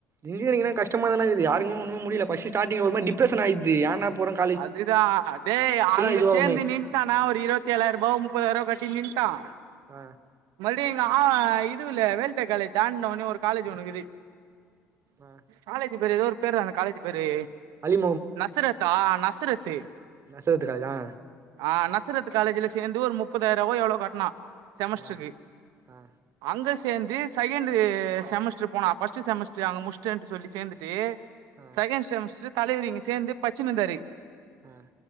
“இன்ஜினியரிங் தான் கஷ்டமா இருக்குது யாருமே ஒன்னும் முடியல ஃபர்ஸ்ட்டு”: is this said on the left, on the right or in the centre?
Right